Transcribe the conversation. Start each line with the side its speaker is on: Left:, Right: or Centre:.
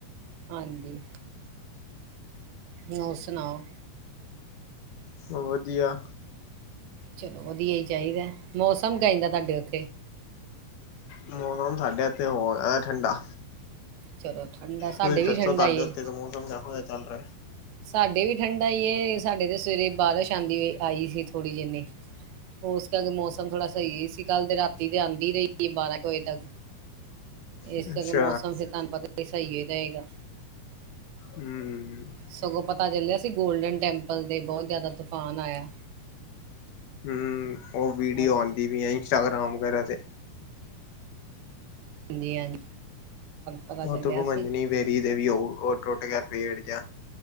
Right: ਹਾਂਜੀ। ਹੋਰ ਸੁਣਾਓ?
Left: ਸਬ ਵਧੀਆ।
Right: ਚਲੋ ਵਧੀਆ ਹੀ ਚਾਹੀਦਾ ਮੌਸਮ ਕਹਿੰਦਾ ਤੁਹਾਡੇ ਉੱਥੇ
Left: ਮੌਸਮ ਸਾਡੇ ਇੱਥੇ ਹੋ ਰਿਹਾ ਠੰਡਾ।
Right: ਚਲੋ ਠੰਡਾ ਸਾਡੇ
Left: ਤੁਸੀਂ
Right: ਵੀ
Left: ਦੱਸੋ
Right: ਠੰਡਾ
Left: ਤੁਹਾਡੇ
Right: ਹੀ
Left: ਉੱਤੇ
Right: ਹੈ।
Left: ਦਾ ਮੌਸਮ ਚੱਲ ਰਿਹਾ ਚਲ ਰਿਹਾ।
Right: ਸਾਡੇ ਵੀ ਠੰਢਾ ਹੀਈ ਏ ਸਾਡੇ ਤੇ ਸਵੇਰੇ ਬਾਰਿਛ ਆਉਦੀ ਆਈ ਸੀ ਥੋੜ੍ਹੀ ਜਿਨੀ। ਉਸ ਕਰਕੇ ਮੌਸਮ ਥੋੜਾ ਸਹੀ ਸੀ ਕੱਲ ਤੇ ਰਾਤੀ ਤੇ ਆਉਂਦੀ ਰਹੀ ਬਾਰਾਂ ਵਜੇ ਤੱਕ।
Left: <inaudible>
Right: ਇਸ ਤਰ੍ਹਾਂ
Left: ਅੱਛਾ
Right: ਮੌਸਮ ਫਿਰ ਤੁਹਾਨੂੰ ਪਤਾ ਸਹੀ ਹੀ ਰਹੇਗਾ।
Left: ਹਮ।
Right: ਸਗੋਂ ਪਤਾ ਚੱਲਿਆ ਸੀ ਗੋਲਡਨ ਟੈਂਪਲ ਦੇ ਬਹੁਤ ਜਿਆਦਾ ਤੂਫਾਨ ਆਇਆ।
Left: ਹਮ ਉਹ ਵੀਡੀਓ
Right: ਆਇਆ।
Left: ਆਉਂਦੀ ਵੀ ਹੈ ਇੰਸਟਾਗ੍ਰਾਮ ਵਗੈਰਾ ਤੇ।
Right: ਹਾਂਜੀ ਹਾਂਜੀ ਪਤਾ
Left: ਉਹ
Right: ਚੱਲਿਆ
Left: ਤ ਦੁੱਖ ਭਜਣੀ
Right: ਸੀ
Left: ਬੇਰੀ ਦੇ ਵੀ ਉਹ ਉਹ ਟੁੱਟ ਗਿਆ ਪੇੜ ਜ!